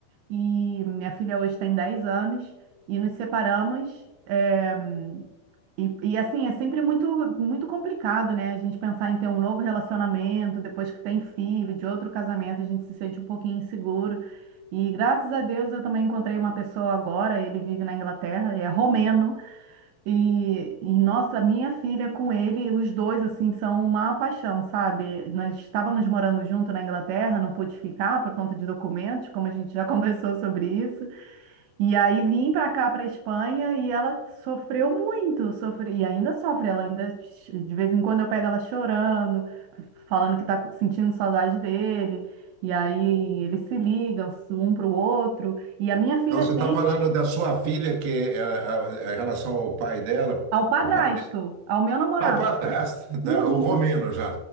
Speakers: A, on the right; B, on the right.
A: e minha filha hoje tem 10 anos e nos separamos. eh, e, e assim, é sempre muito, muito complicado, né, a gente pensar em ter um novo relacionamento depois que tem filho, de outro casamento, a gente se sente um pouquinho inseguro. E graças a Deus eu também encontrei uma pessoa agora, ele vive na Inglaterra, é romeno. E, e, nossa, minha filha com ele, os dois assim são uma paixão, sabe? Nós estávamos morando junto na Inglaterra, não pude ficar por conta de documentos, como a gente já <laughs> conversou sobre isso. E aí vim para cá, para Espanha, e ela sofreu muito, sofre, e ainda sofre, ela ainda de vez em quando eu pego ela chorando, falando que está sentindo saudade dele. E aí eles se ligam um para o outro. E a minha filha
B: Não, você
A: tem
B: está falando da sua filha, que é, a, a- em relação ao pai dela,
A: ao padrasto,
B: o pai
A: ao meu namorado.
B: Ah, o padrasto, da-
A: Uhum.
B: o romeno já.